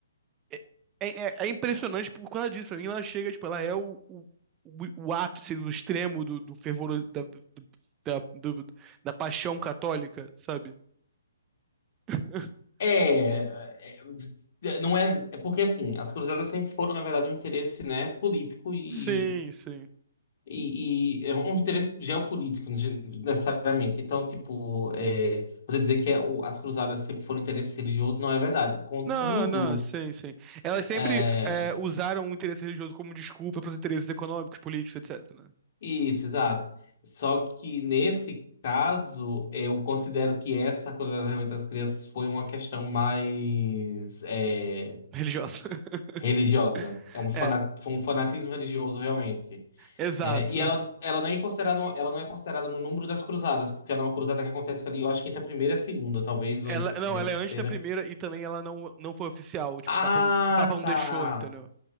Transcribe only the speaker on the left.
É, é, é, não é, é porque assim, as cruzadas sempre foram, na verdade, um interesse, né, político e,
e, e é um interesse geopolítico, ne- necessariamente. Então, tipo, é, você dizer que é, o- as cruzadas sempre foram interesse religioso não é verdade. Contudo,
é,
isso, exato. Só que nesse caso, eu considero que essa cruzada das crianças foi uma questão mais. é,
religiosa. É um, fana,
foi um fanatismo religioso realmente,
né? E ela, ela nem é considerada, uma- ela não é considerada no número das cruzadas, porque ela é uma cruzada que acontece ali, eu acho que entre a primeira e a segunda, talvez,
ou entre a primeira
e a
terceira.
Ah,
tá.